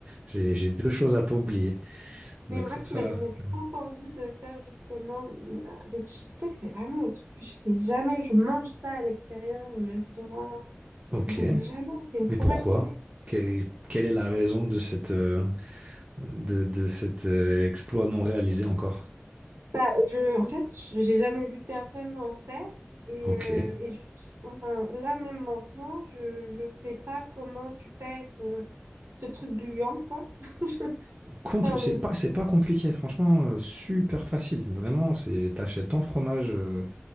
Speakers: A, on the right; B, on the right.
A: J'ai, j'ai deux choses à pas oublier. Donc
B: Mais moi,
A: ça,
B: tu
A: ça,
B: m'as donné
A: ça me plaît bien.
B: trop envie de faire justement euh, des cheesecakes. C'est vraiment le truc que je fais jamais. Je mange ça à l'extérieur ou au restaurant,
A: Ok,
B: mais j'en fais jamais. C'est une
A: mais
B: trop
A: pourquoi?
B: bonne idée.
A: Que- quelle est la raison de cette, euh, de, de cet euh, exploit non réalisé encore?
B: Bah, je, en fait, je- j'ai jamais vu personne en faire. Et,
A: Ok.
B: euh, et je- enfin, là, même maintenant, je, je sais pas comment tu fais ce, ce truc gluant, quoi. <laughs>
A: Compl-
B: Enfin,
A: c'est
B: le,
A: pas, c'est pas compliqué, franchement, euh, super facile. Vraiment, c'est, t'achètes ton fromage. euh,